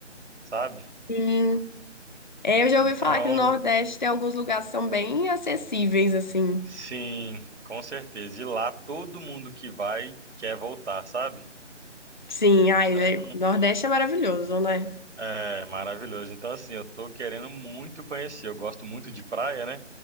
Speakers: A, on the right; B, on the left.
A: sabe?
B: Sim. É, Eu já
A: Então
B: ouvi falar
A: é
B: que no Nordeste
A: um,
B: tem alguns lugares que são bem acessíveis, assim.
A: sim, com certeza. E lá todo mundo que vai quer voltar, sabe?
B: Sim,
A: Então,
B: ai, é- Nordeste é maravilhoso, né?
A: é maravilhoso. Então, assim, eu tô querendo muito conhecer. Eu gosto muito de praia, né?